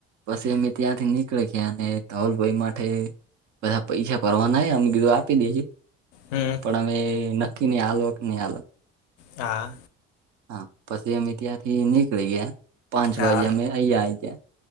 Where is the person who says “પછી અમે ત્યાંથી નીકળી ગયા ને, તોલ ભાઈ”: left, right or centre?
Right